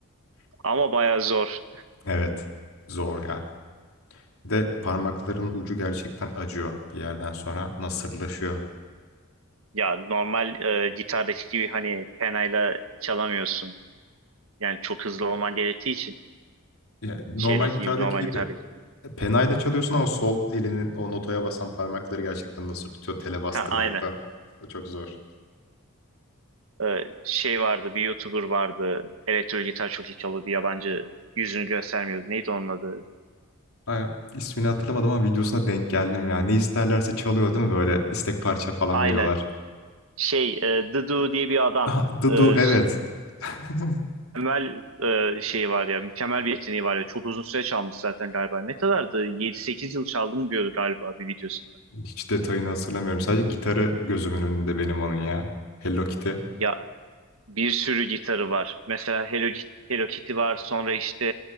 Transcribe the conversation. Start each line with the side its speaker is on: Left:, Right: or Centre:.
Right: <laughs> Ama bayağı zor.
Left: Evet. Zor ya. Bir de parmakların ucu gerçekten acıyor bir yerden sonra. Nasırlaşıyor.
Right: Ya normal e, gitardaki gibi hani penayla çalamıyorsun. Yani çok hızlı olman gerektiği için
Left: Ya, normal
Right: şeydeki
Left: gitardaki
Right: gibi normal
Left: gibi
Right: gitardaki
Left: e, penayla çalıyorsun ama sol elinin o notaya basan parmakları gerçekten nasır tutuyor tele bastırmaktan.
Right: Ha, aynen.
Left: Çok zor.
Right: Ee, şey vardı bir YouTuber vardı elektro gitar çok iyi çalıyor bir yabancı yüzünü göstermiyordu neydi onun adı
Left: Ay, ismini hatırlamadım ama videosuna denk geldim ya. Ne isterlerse çalıyor değil mi böyle istek parça falan
Right: aynen
Left: veriyorlar.
Right: şey e, The Do diye bir adam
Left: Ah, Dudu
Right: e,
Left: evet.
Right: s-
Left: <laughs>
Right: mükemmel e, şeyi var ya mükemmel bir yeteneği var ya çok uzun süre çalmış zaten galiba ne kadardı 7-8 yıl çaldım diyordu galiba bir videosunda
Left: Hiç detayını hatırlamıyorum. Sadece gitarı gözümün önünde benim onun ya. Hello Kitty.
Right: ya bir sürü gitarı var mesela Hello, Hello Kitty var sonra işte